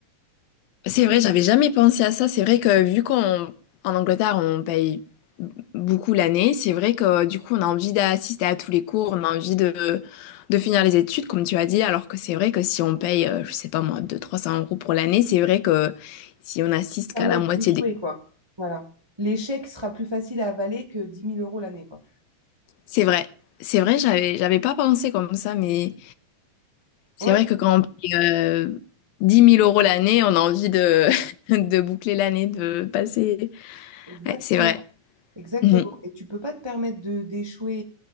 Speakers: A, on the left; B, on the right.
A: C'est vrai, j'avais jamais pensé à ça. C'est vrai que vu qu'on en Angleterre, on paye beaucoup l'année, c'est vrai que du coup, on a envie d'assister à tous les cours, on a envie de, de finir les études, comme tu as dit, alors que c'est vrai que si on paye, euh, je sais pas moi, trois cents euros pour l'année, c'est vrai que si on assiste qu'à
B: permettre
A: la moitié
B: d'échouer,
A: des...
B: quoi. Voilà. L'échec sera plus facile à avaler que dix mille euros l'année, quoi.
A: C'est vrai, c'est vrai, j'avais, j'avais pas pensé comme ça, mais c'est
B: Ouais,
A: vrai que quand on paye euh, 10 000 euros l'année, on a envie de, <laughs> de boucler l'année, de passer...
B: exactement.
A: Ouais, c'est vrai.
B: Exactement.
A: Mhm.
B: Et tu peux pas te permettre de d'échouer.